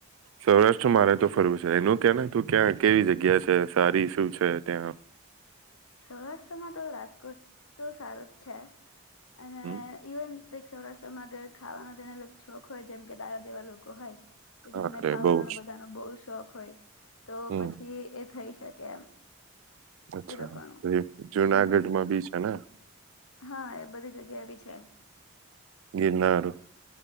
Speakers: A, on the right (about 70°); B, on the left (about 80°).
A: સૌરાષ્ટ્ર મારે તો ફરવું છે એનું કે તું ક્યાં કેવી જગ્યા છે સારી શું છે ત્યાં.
B: સૌરાષ્ટ્રમાં તો રાજકોટ તો સારું જ છે. અને
A: હમ
B: ઇવ ક સૌરાષ્ટ્રમાંર ખાવાનો જેને શોખ હોય જેમ કે દારા જેવા લોકો હોય. કે
A: હા
B: જેમને
A: અરે
B: ખાવાનો
A: બહુ જ
B: બધાનો બહુ શોખ હોય તો
A: હમ
B: પછી થઈ શકે એમ.
A: અચ્છા.
B: એ લોકોનું
A: તો એ જુનાગઢમાં
B: હમ
A: બી છે ને.
B: હા એ બધી જગ્યા એ બી છે.
A: ગીનાારું.